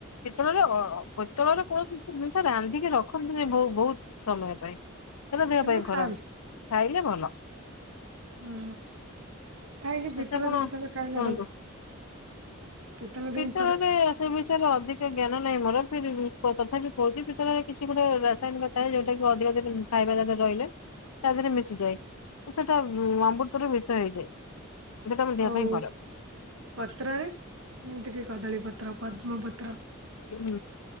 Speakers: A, on the left; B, on the right.
A: ପିତଳରେ ଅ ଅ ପିତଳରେ କୌଣସି ଜିନିଷ ରାନ୍ଧିକି ରଖନ୍ତିନି ବହୁ ବହୁତ ସମୟ ପାଇଁ। ସେଟା ଦେହ
B: କିନ୍ତୁ
A: ପାଇଁ
B: ଖାଆନ୍ତି।
A: ଖରାପ ଖାଇଲେ ଭଲ।
B: ହୁଁ କାହିଁକି ପିତଳ
A: ଆଚ୍ଛା ଆପଣ
B: ଜିନିଷରେ ଖାଇଲେ
A: କୁହନ୍ତୁ।
B: ଭଲ? ପିତଳ ଜିନି
A: ପିତ୍ତଳ ରେ ସେ ବିଷୟରେ ଅଧିକ ଜ୍ଞାନ ନାହିଁ ମୋର ଫିର୍ ବି କ ତଥାପି କହୁଛି ପିତଳ ରେ କିଛି ଗୋଟେ ରାସାୟନିକ ଥାଏ ଯୋଉଟା କି ଅଧିକ <unintelligible> ଖାଇବା ତା ଦେହରେ ରହିଲେ। ତା ଦେହରେ ମିଶିଯାଏ ସେଟା ମୁ ଅମୃତରୁ ମିଷ ହେଇଯାଏ। ଯୋଉଟା ଆମ ଦେହ
B: ଆଉ
A: ପାଇଁ ଖରାପ।
B: ପତ୍ରରେ ଯେମତିକି କଦଳୀ ପତ୍ର ପଦ୍ମ ପତ୍
A: ହୁଁ